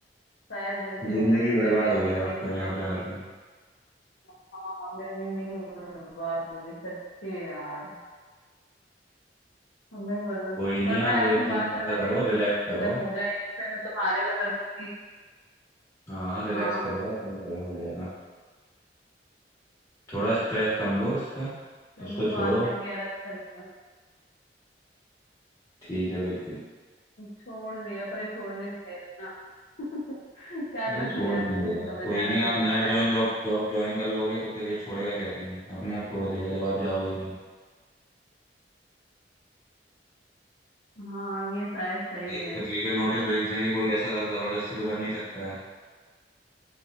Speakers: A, on the left; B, on the left.
A: शायद गलती हो
B: जिंदगी
A: गई मेरे से
B: बर्बाद
A: मेरे को ये
B: हो
A: वाली
B: गया
A: ज्वाइन
B: आपका
A: ही नहीं
B: यहाँ
A: करनी
B: पे
A: चाहिए
B: आके
A: हाँ मेरी जिंदगी बर्बाद हो गई सच्ची में यार अब मैं और-
B: कोई नहीं
A: करना
B: आप
A: यार
B: एक
A: तुम
B: दिन
A: बात करना
B: ऐसा
A: मेरे
B: करो
A: लिए
B: रिलैक्स करो
A: अगर हो जाए तो फिर मैं तुम्हारे में कर दूंगी
B: हाँ रिलैक्स
A: हाँ
B: करो आप हो जाएगा हो जाएगा थोड़ा स्ट्रेस कम लो इसका
A: चलो
B: उसको
A: बात
B: छोड़ो
A: करके यार अच्छा लगा
B: ठीक है बिल्कुल
A: छोड़ दिया पर ये छोड़ने नहीं दे रही ना <laughs> क्या करूं
B: अरे छोड़
A: यार
B: नहीं
A: कुछ
B: देगा
A: नहीं समझ
B: कोई
A: आ
B: नहीं
A: रहा मेरे
B: आप
A: को
B: नया
A: पता
B: ज्वाइन
A: है
B: जॉब जॉब ज्वाइन कर लोगे तो फिर ये छोड़ेगा कैसे नहीं अपने आप छोड़ देगा जब आप जाओगे ही नहीं
A: हाँ ये शायद सही
B: नहीं तो
A: है
B: फिर लीगल नोटिस भेज देंगे कोई ऐसा जबरदस्ती तो कर नहीं सकता है